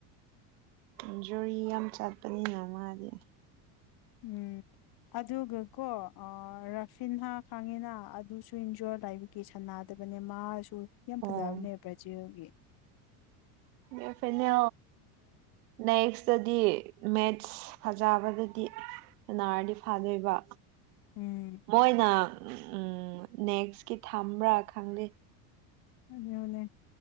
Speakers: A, on the right (about 85°); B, on the left (about 55°).
A: ꯟꯖꯨꯔꯤ ꯌꯥꯝ ꯆꯠꯄꯅꯤꯅ ꯃꯥꯗꯤ
B: ꯎꯝ ꯑꯗꯨꯒꯀꯣ ꯔꯥꯐꯤꯤꯟ ꯍꯥ ꯈꯪꯉꯤꯅ ꯑꯗꯨꯁꯨ ꯏꯟꯖꯣꯔ ꯂꯕꯒꯤꯦ ꯁꯅꯥ ꯌꯥꯗꯕꯅꯦ ꯃꯥꯁꯨ ꯌꯥꯝ
A: ꯑꯣ
B: ꯐꯖꯕꯅꯦ ꯕ꯭ꯔꯥꯖꯤꯦꯜꯒꯤ
A: ꯑꯣ ꯐꯅꯦ ꯅꯦꯛꯁꯇꯗꯤ ꯃꯦꯠꯁ ꯐꯖꯕꯗꯗꯤ ꯑꯦꯟ ꯑꯔꯗꯤ ꯐꯥꯗꯣꯏꯕ
B: ꯎꯝ
A: ꯃꯣꯏꯅ ꯎꯝ ꯎꯝ ꯅꯦꯛꯁꯀꯤ ꯊꯝꯕ꯭ꯔꯥ ꯈꯪꯗꯦ
B: ꯑꯗꯨꯗ ꯑꯣꯂꯦ